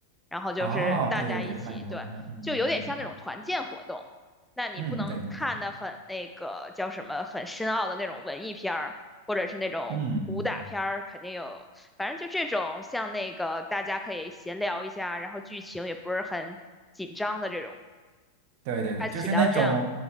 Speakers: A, in the centre; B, on the right.
A: 然后就是大家一起，
B: 哦，对对对，《哈利波特》，
A: 对，
B: 嗯嗯嗯
A: 就有点像那种团建活动。那你不能看的很那个叫什么很深奥的那种文艺片儿，
B: 嗯，对对对，
A: 或者是那种武打片儿，
B: 嗯嗯，
A: 肯定有，反正就这种像那个大家可以闲聊一下，然后剧情也不是很紧张的这种，
B: 对对对，
A: 它起到这样，
B: 就是那种，